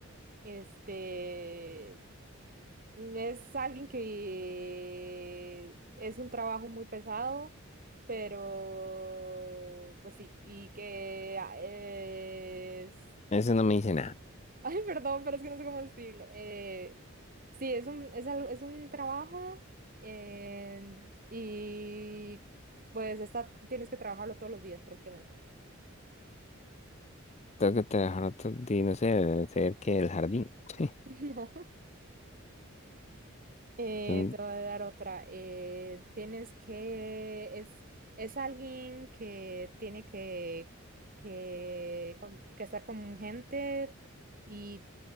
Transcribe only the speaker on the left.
Eso no me dice nada.
Tengo que trabajar otro día, no sé, debe ser que el jardín. <laughs>
Es un,